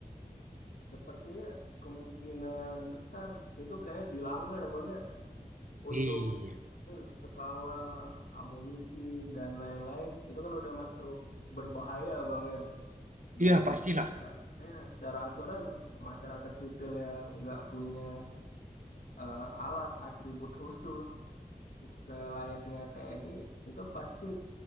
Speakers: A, on the left; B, on the right.
A: sepertinya kemungkinan besar itu kayak dilanggar bang ya untuk
B: Iya,
A: eh, skala amunisi dan lain-lain itu kan udah masuk berbahaya bang ya.
B: iya
A: dan
B: pastilah.
A: secara ya secara aturan masyarakat sipil yang nggak punya eh, alat atribut khusus selayaknya TNI itu pasti